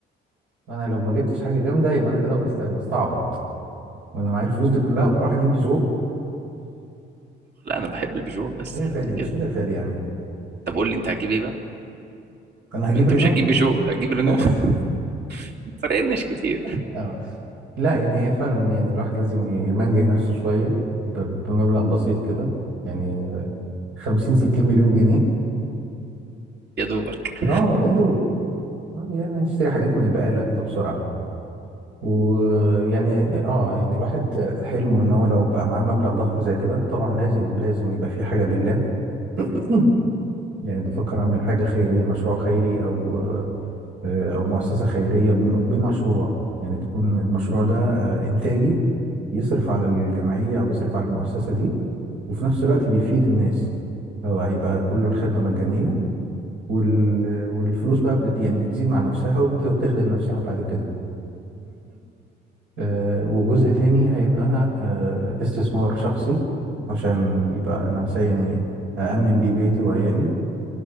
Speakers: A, on the right; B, on the right.
A: انا لو ما جبتش حاجه جامده يبقى انا كده بست- بستعبط وانا معايا الفلوس دي كلها وانا اروح اجيب جو
B: لا أنا بحب البيجو بس
A: ايه يا
B: ف-
A: فادي
B: كده
A: مش كده يا فادي يعني
B: طب قول لي أنت هتجيب إيه بقى؟
A: انا هجيب
B: ما أنت
A: رينو
B: مش هتجيب بيجو هتجيب رينو
A: أنا...
B: <laughs> فرقناش كتير
A: <laughs> اه لا يعني هي فعلا يعني الواحد لازم يمنجه نفسه شويه ب... بمبلغ بسيط كده يعني 50 60 مليون جنيه
B: يا دوبك
A: اه يا دوب آه، يعني نشتري حاجات من البقاله كده بسرعه ويعني اه يعني الواحد حلمه ان هو لو بقى معاه مبلغ ضخم زي كده طبعا لازم لازم يبقى في حاجه لله <clears throat> يعني بفكر اعمل حاجه خيريه مشروع خيري او آه، او مؤسسه خيريه بم- بمشروع يعني تكون المشروع ده آه، انتاجي يصرف على الجمعيه او يصرف على المؤسسه دي وفي نفس الوقت بيفيد الناس هو هيبقى كله الخدمه مجانيه وال... والفلوس بقى بت... يعني بتزيد مع نفسها وبت... وبتخدم نفسها بعد كده آه، وجزء تاني هيبقى آه، استثمار شخصي عشان يبقى انا سا- يعني أأمن بيه بيتي وعيالي